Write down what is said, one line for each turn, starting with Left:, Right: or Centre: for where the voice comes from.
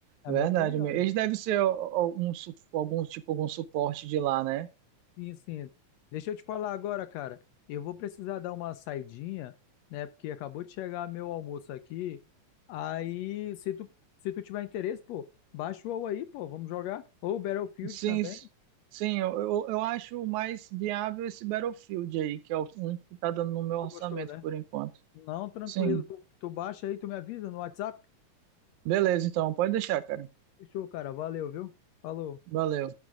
Left: É
Right: Verdade
Left: a minha opinião,
Right: mesmo.
Left: né?
Right: Eles devem ser al- algum, su- algum tipo algum suporte de lá, né?
Left: Sim, sim. Deixa eu te falar agora, cara. Eu vou precisar dar uma saidinha, né? Porque acabou de chegar meu almoço aqui. Aí, se tu, se tu tiver interesse, pô, baixa o WoW aí, pô, vamos jogar. Ou Battlefield
Right: Sim,
Left: também.
Right: s- sim, eu, eu, eu acho mais viável esse Battlefield aí, que é o um que tá dando no meu
Left: se Tu
Right: orçamento
Left: gostou, né?
Right: por enquanto.
Left: Não, tranquilo.
Right: Sim.
Left: Tu, tu baixa aí, tu me avisa no WhatsApp.
Right: Beleza, então, pode deixar, cara.
Left: Fechou, cara. Valeu, viu? Falou.
Right: Valeu.